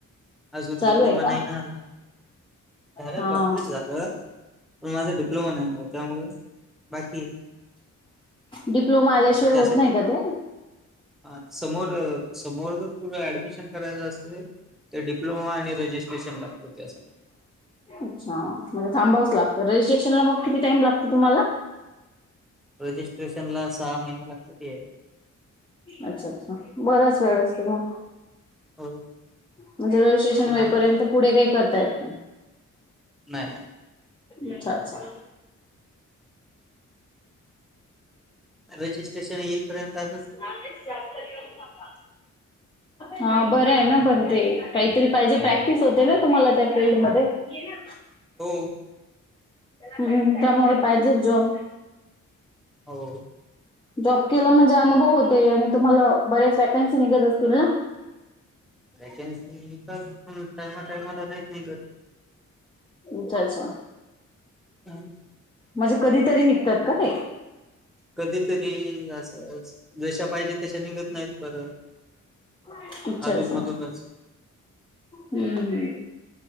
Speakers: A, in the centre; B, on the left.
A: अजून
B: चालू
A: डिप्लोमा
B: आहे का?
A: नाही ना आला झालं
B: हा
A: कं्प्लीट झालं. पण माझा डिप्लोमा नाही आला त्यामुळे बाकी
B: डिप्लोमा आल्याशिवाय होत
A: त्या
B: नाही का ते
A: ह समोर समोर जर डमिशन- राय अस ते डिप्लोमा आणि रजिस्ट्रेशन लागत त्यासाठी
B: अच्छा म्हणजे थांबावच लागत रजिस्ट्रेशनला मग किती टाइम लागत तुम्हाला
A: रजिस्ट्रेशन ला सहा महिने लगतात येईल.
B: अच्छा अच्छा बराच वेळ असतो मग.
A: हो
B: म्हणजे रवि स्टेशन
A: अजून
B: वईपर्यंत
A: आलं
B: पुढे काही करतायत.
A: नाही.
B: अच्छा अच्छा.
A: रजिस्ट्रेशन येईपर्यंत आ.
B: जास्त दिवस. हा बरं आहे ना पण ते काहीतरी पाहिजे प्रॅक्टिस होते ना तुम्हाला त्या फील्डमध्येध्ये.
A: हो
B: हम् त्यामुळे पाहिजे ज.
A: हो.
B: जॉब केला म्हणजे अनुभव होते आणि तुम्हाला बरेच वॅकन्सी निघत असतील ना.
A: वॅकेन्सी टायमा टायमाला नाहीत निघत.
B: अच्छा अच्छा.
A: हम.
B: म्हणजे कधीतरी निघतात का ते.
A: कधीतरी असं जशा पाहिजे तशा निघत नाहीत परं.
B: अच्छा
A: आजप
B: अच्छा
A: मतूनच
B: हम्म हम्म